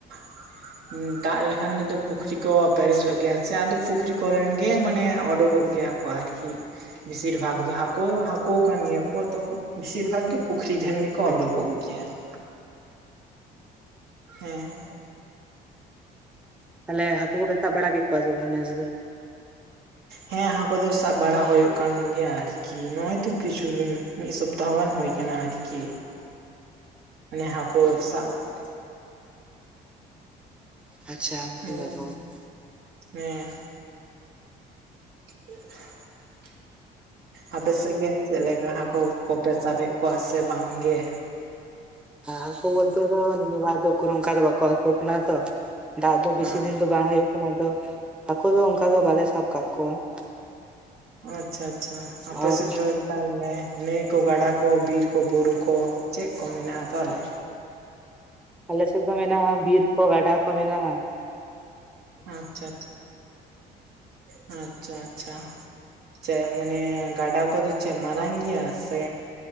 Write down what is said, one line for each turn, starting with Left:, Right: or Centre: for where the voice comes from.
Right: ᱾ <inaudible> ᱫᱟᱜ ᱞᱮᱠᱷᱟᱱ ᱜᱮᱫᱚ ᱯᱩᱠᱷᱨᱤ ᱠᱚ ᱯᱮᱨᱮᱡᱚᱜ ᱜᱮᱭᱟ ᱪᱮ ᱟᱫᱚ ᱯᱩᱠᱷᱨᱤ ᱠᱚᱨᱮᱱ ᱜᱮ ᱢᱟᱱᱮ ᱳᱰᱚᱠᱚᱜ ᱜᱮᱭᱟ ᱾ ᱟᱨᱠᱤ ᱵᱮᱥᱤᱨ ᱵᱷᱟᱜᱽ ᱫᱚ ᱦᱟᱹᱠᱩ ᱦᱟᱹᱠᱩ ᱠᱟᱱ ᱜᱮᱭᱟ ᱠᱚ ᱟᱫᱚ ᱵᱮᱥᱤᱨ ᱵᱷᱟᱜᱽ ᱜᱮ ᱯᱩᱠᱷᱨᱤ <unintelligible> ᱜᱮᱠᱚ ᱩᱰᱩᱠᱚᱜ ᱜᱮᱭᱟ ᱾ ᱦᱮᱸ
Centre: ᱛᱟᱦᱞᱮ ᱦᱟᱹᱠᱩ ᱠᱚ ᱯᱮ ᱥᱟᱵ ᱵᱟᱲᱟ ᱠᱮᱫ ᱠᱚᱣᱟᱥᱮ ᱵᱟᱝ ᱱᱮᱥ ᱫᱚ?
Right: ᱦᱮᱸ ᱦᱟᱹᱠᱩ ᱫᱚ ᱥᱟᱵ ᱵᱟᱲᱟ ᱦᱳᱭᱳᱜ ᱠᱟᱱ ᱜᱮᱭᱟ ᱟᱨ ᱾ ᱠᱤ ᱱᱚᱜᱼᱚᱭ ᱛᱚ ᱠᱤᱪᱷᱩ ᱫᱤᱱ ᱢᱤᱜ ᱥᱚᱯᱛᱟᱦᱚᱸ ᱜᱟᱱ ᱦᱳᱭ ᱠᱟᱱᱟ ᱟᱨᱠᱤ ᱾ ᱢᱟᱱᱮ ᱦᱟᱠᱳ ᱥᱟᱵ ᱾
Centre: ᱟᱪᱪᱷᱟ ᱟᱢ
Right: ᱦᱮᱸ
Centre: ᱵᱮᱜᱚᱨ ᱾
Right: ᱦᱮᱸ <inaudible> ᱟᱯᱮ ᱥᱮᱜ ᱜᱮ ᱪᱮᱜ ᱞᱮᱠᱟ ᱦᱟᱹᱠᱳ ᱠᱚᱯᱮ ᱥᱟᱵ ᱵᱮᱜ ᱠᱚᱣᱟ ᱥᱮ ᱵᱟᱝ ᱜᱮ?
Centre: ᱦᱟᱹᱠᱳ ᱵᱚᱞᱛᱮ ᱫᱚ ᱱᱤᱭᱟᱹ ᱵᱟᱨ ᱫᱚ ᱠᱳᱱᱳ ᱚᱱᱠᱟ ᱫᱚ ᱵᱟᱠᱚ ᱦᱟᱹᱠᱳᱜ ᱠᱟᱱᱟ ᱛᱚ ᱾ ᱫᱟᱜ ᱫᱚ ᱵᱮᱥᱤ
Right: ᱟᱨ
Centre: ᱫᱤᱱ ᱫᱚ ᱵᱟᱝ ᱦᱩᱭᱩᱜ ᱠᱟᱱᱟ ᱟᱫᱚ ᱦᱟᱹᱠᱩ ᱫᱚ ᱚᱱᱠᱟ ᱫᱚ ᱵᱟᱞᱮ ᱥᱟᱵ ᱠᱟᱜ ᱠᱚᱣᱟ ᱾
Right: ᱟᱪᱪᱷᱟ ᱟᱪᱪᱷᱟ ᱟᱯᱮ
Centre: ᱟᱨ
Right: ᱥᱮᱫ ᱫᱚ? <unintelligible> ᱱᱟᱹᱭ ᱠᱚ ᱜᱟᱰᱟ ᱠᱚ ᱵᱤᱨ ᱠᱚ ᱵᱩᱨᱩ ᱠᱚ ᱪᱮᱜ ᱠᱚ ᱢᱮᱱᱟᱜ ᱟ ᱛᱟᱦᱚᱞᱮ?
Centre: ᱟᱞᱮ ᱥᱮᱫ ᱫᱚ ᱢᱮᱱᱟᱜᱼᱟ ᱵᱤᱨ ᱠᱚ ᱜᱟᱰᱟ ᱠᱚ ᱢᱮᱱᱟᱜᱼᱟ ᱾
Right: ᱟᱪᱪᱷᱟ <inaudible> ᱟᱪᱪᱷᱟ ᱟᱪᱪᱷᱟ ᱾ ᱪᱮᱜ ᱢᱟᱱᱮ ᱜᱟᱰᱟ ᱠᱚᱫᱚ ᱪᱮᱜ ᱢᱟᱨᱟᱝ ᱜᱮᱭᱟ ᱥᱮ